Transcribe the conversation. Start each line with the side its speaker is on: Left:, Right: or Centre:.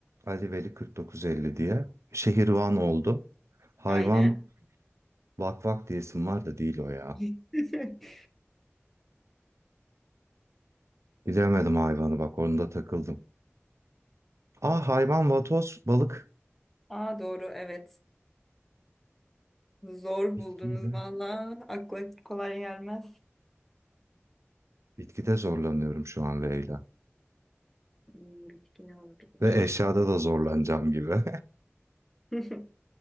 Right: Ali Veli 4950 diye. Şehirvan oldu. Hayvan
Centre: Aynen.
Right: Vak Vak diye isim var da değil o ya.
Centre: <laughs>
Right: Bilemedim hayvanı bak onda takıldım. Aa hayvan vatoz, balık.
Centre: Aa doğru evet. Zor
Right: Bitkiyle.
Centre: buldunuz valla. Akla kolay gelmez.
Right: Bitkide zorlanıyorum şu an V ile.
Centre: Hmm, Bitki ne olabilir?
Right: Ve eşyada da zorlanacağım gibi.
Centre: <laughs>